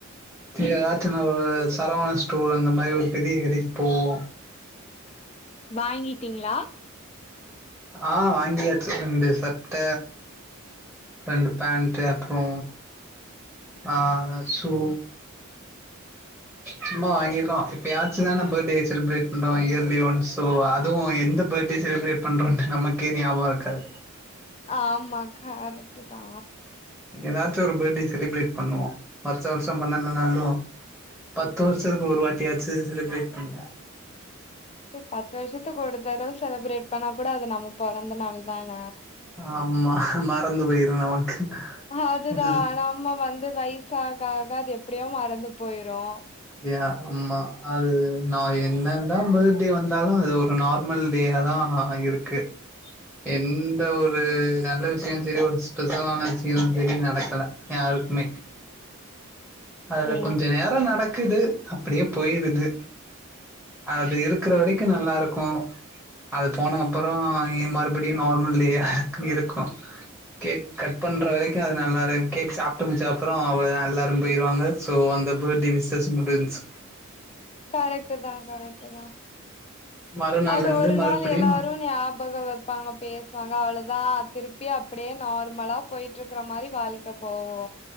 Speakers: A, in the centre; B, on the left.
A: எதாச்சு ஒரு சரவண ஸ்டோர் அந்த மாரி ஒரு பெரிய கடைக்கு போவோ
B: வாங்கிட்டீங்ளா
A: ஆ, வாங்கியாச்சு ரெண்டு சட்ட ரெண்டு பேண்ட் அப்றோ ஆ ஷூ
B: <inaudible>
A: சும்மாவா வாங்கியிருக்கோ எப்பயாச்சுதான பர்த்டே செலிப்ரேட் பண்றோ இயர்லி ஒன் சோ அதுவு எந்த பர்த்டே செலிப்ரட் பண்றோன்ட்டு நமக்கே ஞாபகம் இருக்காது
B: ஆமா கரெக்ட்டு தா
A: ஏதாச்சு ஒரு பர்த்டே செலிப்ரேட் பண்ணுவோ வருஷா வருஷோ பண்ணலனாலு பத்து வருஷத்துக்கு ஒருவாட்டியாச்சு செலிப்ரேட் பண்ணு
B: சேரி பத்து வருஷத்துக்கு ஒரு தடவ செலப்ரேட் பண்ணா கூட அது நம்ம பெறந்த நாள்தான
A: ஆமா மறந்து போயிரு நமக்கு
B: அதுதா
A: இது
B: நம்ம வந்து வயசாகாக அது எப்டியோ மறந்து போயிரு
A: யா, ஆமா அது நா என்னதா பர்த்டே வந்தாலு அது ஒரு நார்மல் டேயாதா இருக்கு எந்த ஒரு நல்ல விஷியோ செரி ஸ்பெ ஷலான விஷ்யோ இதுவரையு நடக்கல யாருக்குமே அது
B: ஓ
A: கொஞ்ச நேரம் நடக்குது அப்டியே போயிருது அது இருக்ற வரைக்கு நல்லா இருக்கு, அது போன அப்பறோ இ மறு படியு நார்மல் டேயா இருக்கு இருக்கு கேக் கட் பண்ற வரைக்கு அது நல்லா இருக்கு கேக் சாப்ட்டு முடிச்ச அப்பறோ அவ்வளதா எல்லாரு போயிருவாங்க சோ அந்த பர்த்டே விஷ்சஸ் முடிஞ்ச்சு
B: கரெக்ட்டுதா கரெக்ட்டுதா
A: மறுநாள்ல
B: அது
A: இருந்து
B: ஒரு
A: மறுபடியு
B: நாள் எல்லாரு ஞா பக வப்பாங்க பேசுவாங்க அவ்ளதா திருப்பி அப்டியே நார்மலா போயிட்டு இருக்ற மாரி வாழ் க்க போவு